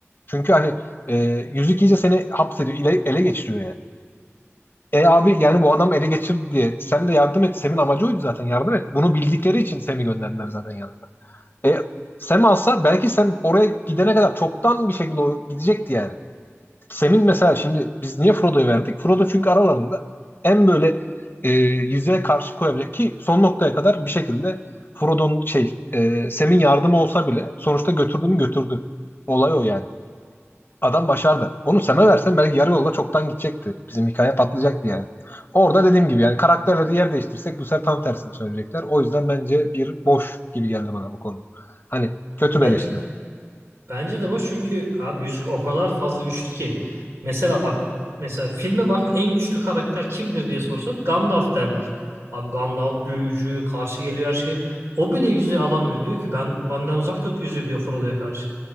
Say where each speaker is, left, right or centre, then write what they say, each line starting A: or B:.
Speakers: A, on the left; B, on the right.
A: Çünkü hani e, yüzük iyice seni hapsediyor, ele, ele geçiriyor yani. E abi yani bu adam ele geçirdi diye. Sen de yardım et. Sem'in amacı oydu zaten. Yardım et. Bunu bildikleri için Sem'i gönderdiler zaten yanında. E Sem alsa belki Sem oraya gidene kadar çoktan bir şekilde o gidecekti yani. Sem'in mesela şimdi biz niye Frodo'yu verdik? Frodo çünkü aralarında en böyle e, yüzeye karşı koyabilecek ki son noktaya kadar bir şekilde Frodo'nun şey e, Sem'in yardımı olsa bile sonuçta götürdüğünü götürdü. Olay o yani. Adam başardı. Onu Sam'e versen belki yarı yolda çoktan gidecekti. Bizim hikaye patlayacaktı yani. Orada dediğim gibi yani karakterleri yer değiştirsek bu sefer tam tersini söyleyecekler. O yüzden bence bir boş gibi geldi bana bu konu. Hani kötü
B: Bence.
A: bir eleştiri.
B: Bence de var çünkü abi yüzük o kadar fazla güçlü ki. Mesela bak mesela filme bak en güçlü karakter kimdir diye sorsak Gandalf derler. Abi Gandalf büyücü karşı geliyor her şeye. O bile yüzüğü alamıyor diyor ki ben benden uzak tut yüzüğü diyor Frodo'ya karşı.